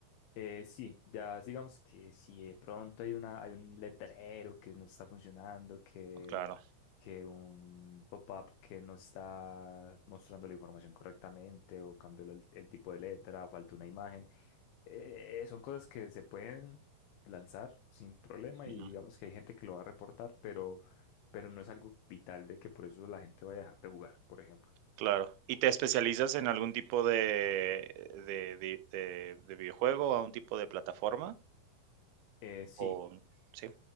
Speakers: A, on the left; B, on the right.
A: Eh, sí, ya digamos que si de pronto hay una, hay un letrero que no está funcionando, que,
B: Claro.
A: que un pop-up que no está mostrando la información correctamente o cambió el, el tipo de letra, falta una imagen, eh, son cosas que se pueden lanzar sin problema
B: ujú,
A: y digamos que hay gente que lo va a reportar, pero, pero no es algo vital de que por eso la gente vaya a dejar de jugar, por ejemplo.
B: Claro. ¿Y te especializas en algún tipo de, de, de- de- de videojuego, a un tipo de plataforma?
A: Eh, sí,
B: O sí.